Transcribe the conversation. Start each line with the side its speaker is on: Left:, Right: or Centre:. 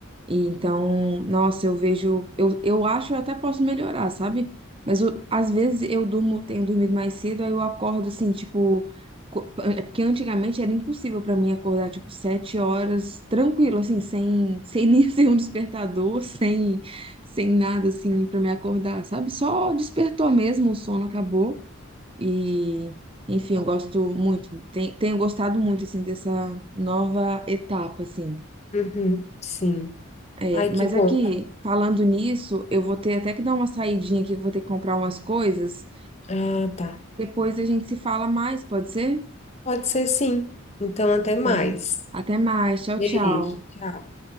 Right: E Então, nossa, eu vejo, eu, eu acho que eu até posso melhorar, sabe? Mas eu- às vezes eu durmo, tenho dormido mais cedo, aí eu acordo assim, tipo, co- é porque antigamente era impossível pra mim acordar tipo sete horas tranquilo, assim, sem, sem nem <laughs> ser um despertador, sem, sem nada assim pra me acordar, sabe? Só despertou mesmo, o sono acabou e enfim, eu gosto muito, ten- tenho gostado muito assim dessa nova etapa assim.
Left: Uhum, sim.
Right: É,
Left: Ai,
Right: mas
Left: que bom.
Right: aqui, falando nisso, eu vou ter até que dar uma saidinha aqui, que eu vou ter que comprar umas coisas.
Left: Ah, tá.
Right: Depois a gente se fala mais, pode ser?
Left: Pode ser sim. Então, até mais.
Right: Bem, até mais. Tchau,
Left: Beijo,
Right: tchau.
Left: tchau.